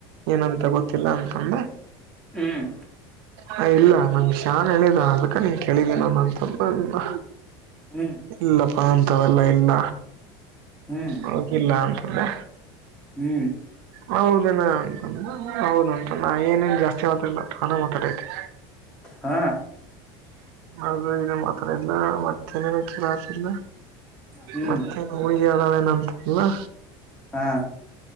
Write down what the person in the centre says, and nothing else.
ಹ್ಮ್
ಹ್ಮ್
ಹ್ಮ್
ಹ್ಮ್
ಹಾ
ಹ್ಮ್
ಹಾ